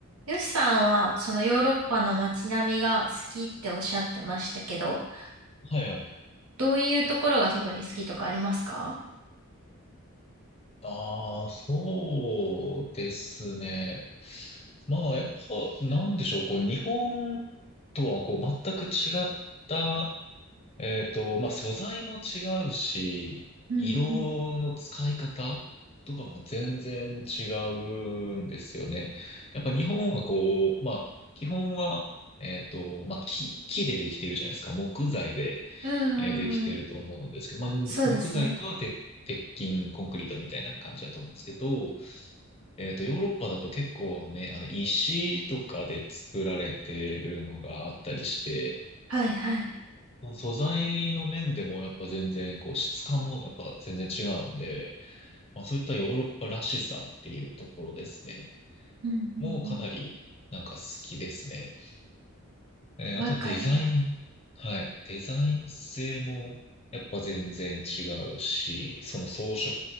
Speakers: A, on the right; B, on the left.
A: よしさんは、そのヨーロッパの街並みが好きっておっしゃってましたけど、
B: はいはい。
A: どういうところが特に好きとかありますか
B: ああ、そうですね。まあ、やっぱ、なんでしょう、こう、日本とは、こう、全く違った、えっと、まあ、素材も違うし、
A: うんうん
B: 色の使い方とかも全然違うんですよね。やっぱ日本は、こう、まあ、基本は、えっと、まあ、木、木でできてるじゃないですか、木材で。
A: うんうんうん。
B: えーできてると思うんですけど、まあ、
A: そうですね。
B: 木材か鉄、鉄筋、コンクリートみたいな感じだと思うんですけど、えっと、ヨーロッパだと結構ね、あの、石とかで作られてるのがあったりして、
A: はいはい。
B: 素材の面でもやっぱ全然、こう、質感もやっぱ全然違うんで、まあ、そういったヨーロッパらしさっていうところですね。
A: うんうん
B: もうかなり、なんか好きですね。えーあとデザイン。
A: うんわかります。
B: はい。デザイン性もやっぱ全然違うし、その装飾、